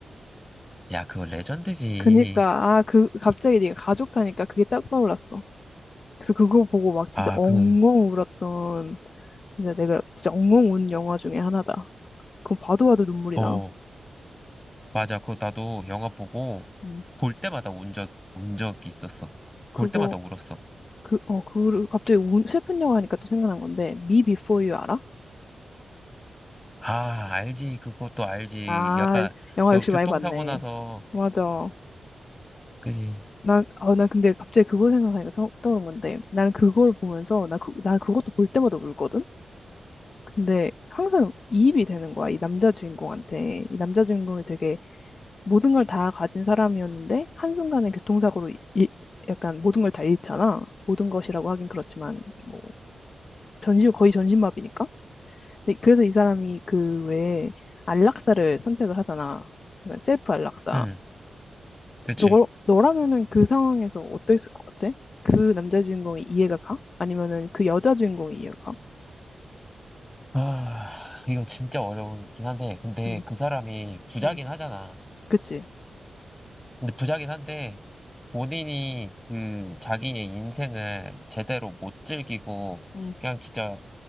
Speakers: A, in the centre; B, on the left.
A: 야, 그거 레전드지.
B: 그니까 아 그 갑자기 네가 가족하니까 그게 딱 떠올랐어. 그래서 그거 보고 막 진짜
A: 아,
B: 엉엉
A: 그,
B: 울었던 진짜 내가 진짜 엉엉 운 영화 중에 하나다. 그건 봐도 봐도 눈물이
A: 어,
B: 나.
A: 맞아. 그거 나도 영화 보고
B: 음.
A: 볼 때마다 운 적, 운 적이 있었어.
B: 그거
A: 볼 때마다 울었어.
B: 그 어 그 갑자기 운, 슬픈 영화 하니까 또 생각난 건데 Me Before You 알아?
A: 아, 알지. 그것도 알지.
B: 아
A: 약간,
B: 영화
A: 그,
B: 역시
A: 교통사고
B: 많이 봤네.
A: 나서,
B: 맞아.
A: 그지.
B: 난어난 근데 갑자기 그거 생각하니까 떠, 떠오른 건데 나는 그걸 보면서 나그난 그것도 볼 때마다 울거든. 근데 항상 이입이 되는 거야 이 남자 주인공한테 이 남자 주인공이 되게 모든 걸 다 가진 사람이었는데 한순간에 교통사고로 이, 이- 약간 모든 걸 다 잃잖아. 모든 것이라고 하긴 그렇지만 뭐 전신 거의 전신마비니까. 근데 그래서 이 사람이 그 외에 안락사를 선택을 하잖아. 약간 셀프 안락사.
A: 응, 그치.
B: 너, 너라면은 그 상황에서 어땠을 것 같아? 그 남자 주인공이 이해가 가? 아니면은 그 여자 주인공이 이해가 가?
A: 아, 이거 진짜 어려운긴 한데, 근데
B: 응,
A: 그 사람이 부자긴
B: 응,
A: 하잖아.
B: 그치.
A: 근데 부자긴 한데, 본인이 그, 자기의 인생을 제대로 못 즐기고,
B: 응,
A: 그냥 진짜